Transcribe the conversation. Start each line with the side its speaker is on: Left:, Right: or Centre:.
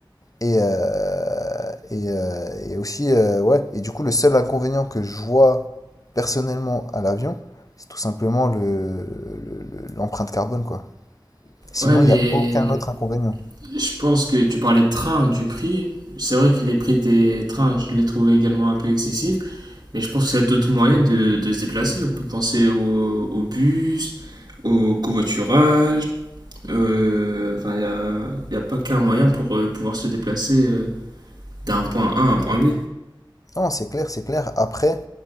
Left: Et, euh, et, euh, et aussi, euh, ouais. Et du coup, le seul inconvénient que je vois personnellement à l'avion, c'est tout simplement le, le- le- l'empreinte carbone, quoi. Sinon,
Right: Ouais, mais
Left: il n'y a aucun autre inconvénient.
Right: je pense que tu parlais de train, du prix. C'est vrai que les prix des trains, je les trouve également un peu excessifs, mais je pense qu'il y a d'autres moyens de, de se déplacer. On peut penser au, au bus, au covoiturage. euh, Enfin, il n'y a, il y a pas qu'un moyen pour euh, pouvoir se déplacer euh, d'un point A à un point B.
Left: Non, c'est clair, c'est clair. Après,